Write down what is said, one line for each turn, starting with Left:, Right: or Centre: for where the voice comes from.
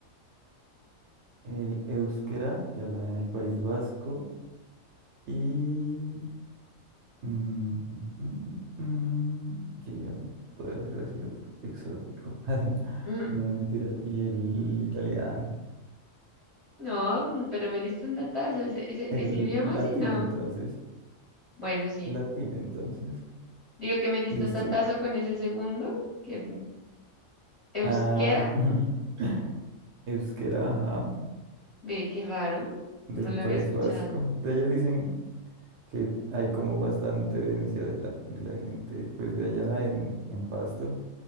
Right: el euskera, que hablan en el País Vasco, y... mm, mm, mm, mm, mm, ¿qué idioma podría ser así otro exótico? <laughs> Así,
Left: Mm,
Right: No mentiras. Y el italiano.
Left: No, mm, pero me diste un datazo, ese, ese,
Right: El
Left: ese idioma
Right: latín,
Left: sí no.
Right: entonces.
Left: Bueno, sí.
Right: Latín, entonces.
Left: Digo que me diste
Right: ¿Listo?
Left: un datazo con ese segundo, que mm, euskera,
Right: Ah, <laughs> euskera, ajá,
Left: ve, qué raro,
Right: del
Left: no lo
Right: País
Left: había escuchado.
Right: Vasco. De allá dicen que hay como bastante herencia de la, de la gente, pues de allá en, en Pasto.